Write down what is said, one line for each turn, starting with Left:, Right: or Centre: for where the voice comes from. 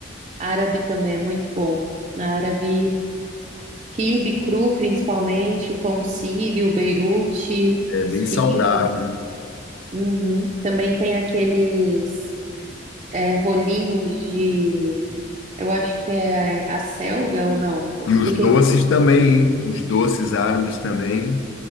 Right: Árabe também é muito bom. Na árabe, quibe cru, principalmente, o pão sírio, beirute,
Left: É
Right: esfirra.
Left: bem saudável.
Right: Uhum. Também tem aqueles é, rolinhos de, eu acho que é a selga ou não?
Left: E os
Right: Do
Left: doces
Right: que?
Left: também, hein? Os doces árabes também.